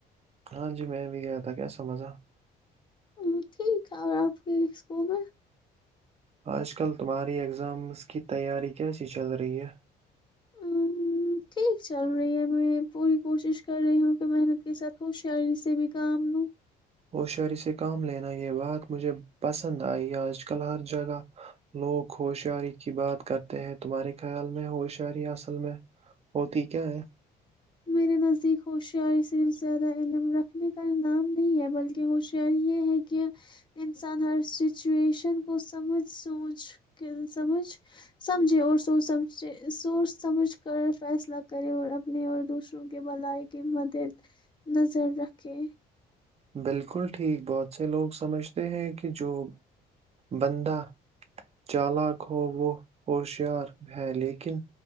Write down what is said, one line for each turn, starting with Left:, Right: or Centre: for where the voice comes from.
Right: ہاں جی میں بھی گیا تھا کیا سمجھا
Left: ہ ٹھیک ہے اور آپ کے اسکول میں
Right: آج کل تمہاری ایگزامز کی تیاری کیسی چل رہی ہے
Left: ہاں، ٹھیک چل رہی ہے میں پوری کوشش کر رہی ہوں کہ محنت کے ساتھ ہوشیاری سے بھی کام لوں
Right: ہوشیاری سے کام لینا یہ بات مجھے پسند آئی آج کل ہر جگہ لوگ ہوشیاری کی بات کرتے ہیں تمہارے خیال میں ہوشیاری اصل میں ہوتی کیا ہے
Left: میرے نزدیک ہوشیاری صرف زیادہ علم رکھنے کا نام نہیں ہے بلکہ ہوشیاری یہ ہے کہ انسان ہر سچویشن کو سمجھ سوچ کے سمجھ سمجھے اور سوچ سمجھ سوچ سمجھ کر فیصلہ کرے اور اپنے اور دوسروں کے بلائی کی مدد نظر رکھے
Right: بالکل ٹھیک بہت سے لوگ سمجھتے ہیں کہ جو بندہ چالک ہو وہ ہوشیار ہے لیکن